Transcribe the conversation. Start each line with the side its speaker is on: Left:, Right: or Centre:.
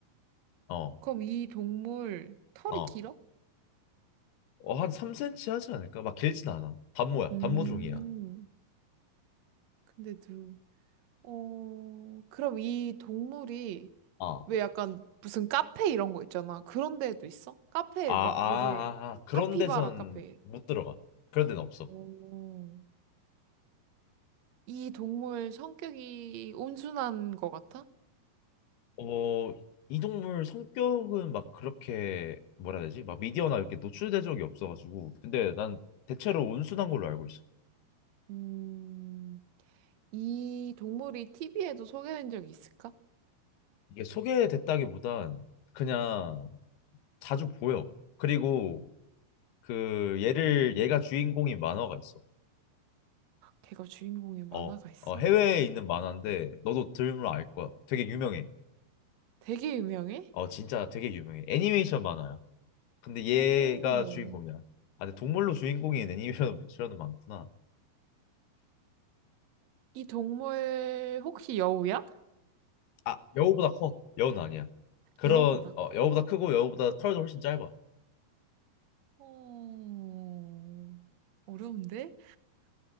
Left: 어.
Right: 그럼 이 동물 털이
Left: 어.
Right: 길어?
Left: 어, 한 3cm 하지 않을까? 막 길진 않아. 단모야.
Right: 음,
Left: 단모 종이야.
Right: 근데도, 어, 그럼 이 동물이
Left: 어.
Right: 왜 약간 무슨 카페 이런 거 있잖아. 그런 데도 있어? 카페에
Left: 아, 아,
Right: 막 요새
Left: 아, 아. 그런
Right: 카피바라
Left: 데선
Right: 카페.
Left: 못 들어가. 그런 데는 없어.
Right: 어, 이 동물 성격이 온순한 거 같아?
Left: 어, 이 동물 성격은 막 그렇게 뭐라 해야 되지? 막 미디어나 이렇게 노출된 적이 없어가지고. 근데 난 대체로 온순한 걸로 알고 있어.
Right: 음, 이 동물이 TV에도 소개된 적이 있을까?
Left: 이게 소개됐다기보단 그냥 자주 보여. 그리고 그 얘를 얘가 주인공인 만화가 있어.
Right: 걔가 주인공의 만화가
Left: 어,
Right: 있어?
Left: 어 해외에 있는 만화인데 너도 들으면 알 거야. 되게 유명해.
Right: 되게 유명해?
Left: 어, 진짜 되게 유명해. 애니메이션 만화야. 근데 얘가
Right: 어,
Left: 주인공이야. 아, 근데 동물로 주인공인 애니메이션은 많구나.
Right: 이 동물 혹시 여우야?
Left: 아, 여우보다 커. 여우는 아니야. 그런
Right: 여우보다
Left: 어,
Right: 커.
Left: 여우보다 크고 여우보다 털도 훨씬 짧아.
Right: 어... 어려운데?